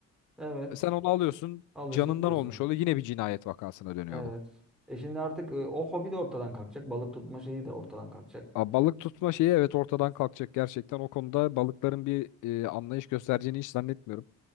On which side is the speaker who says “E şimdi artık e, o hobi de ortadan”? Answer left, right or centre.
Centre